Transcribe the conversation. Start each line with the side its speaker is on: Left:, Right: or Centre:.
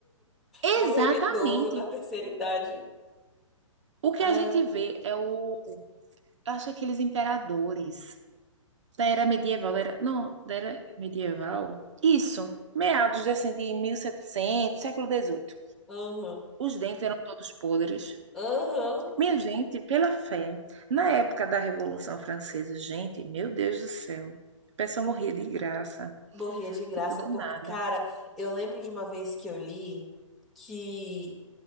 Right: Exatamente.
Centre: Morreu idoso da terceira idade.
Right: O que
Centre: Ai,
Right: a gente vê é o. Eu acho que aqueles imperadores da era medieval, da era, não, da era medieval. Isso, meados de, assim, de mil e setecentos século dezoito.
Centre: Aham.
Right: Os dentes eram todos podres.
Centre: Aham.
Right: Minha gente, pela fé, na época da Revolução Francesa, gente, meu Deus do céu, a pessoa morria de graça,
Centre: Morria de graça,
Right: tipo do
Centre: porque,
Right: nada.
Centre: cara, eu lembro de uma vez que eu li que